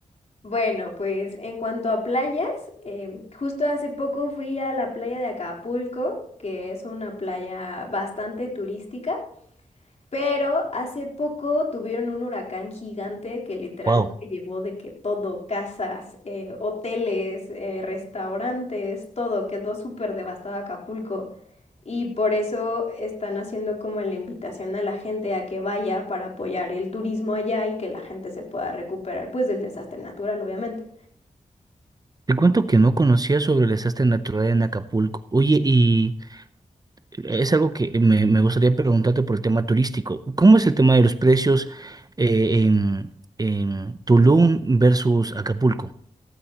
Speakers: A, on the left (about 55°); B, on the right (about 30°).
A: Bueno, pues en cuanto a playas, em, justo hace poco fui a la playa de Acapulco, que es una playa bastante turística, pero hace poco tuvieron un huracán gigante que literal
B: Wow.
A: se llevó de que todo, casas, eh, hoteles, eh, restaurantes, todo, quedó súper devastado Acapulco. Y por eso están haciendo como la invitación a la gente a que vaya para apoyar el turismo allá y que la gente se pueda recuperar, pues del desastre natural, obviamente.
B: Te cuento que no conocía sobre el desastre natural en Acapulco. Oye, y es algo que me, me gustaría preguntarte por el tema turístico. ¿Cómo es el tema de los precios eh, en, en Tulum versus Acapulco?